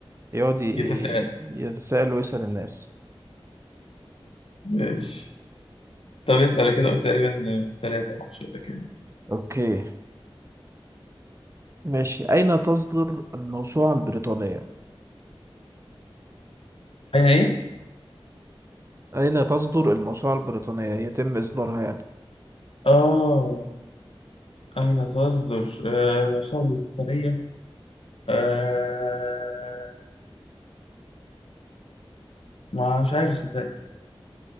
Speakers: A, on the right (about 30°); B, on the left (about 75°).
A: يقعد ي-
B: يتساءل
A: يتساءل ويسأل الناس
B: ماشي طب اسأل أنا كده قلت تقريبا ثلاثة مقصودة كده
A: اوكي ماشي اين تصدر الموسوعة البريطانية
B: أين إيه؟
A: أين تصدر الموسوعة البريطانية يتم إصدارها يعني
B: آه أين تصدر آه، الآثار البريطانية؟ آه مش عارف صدق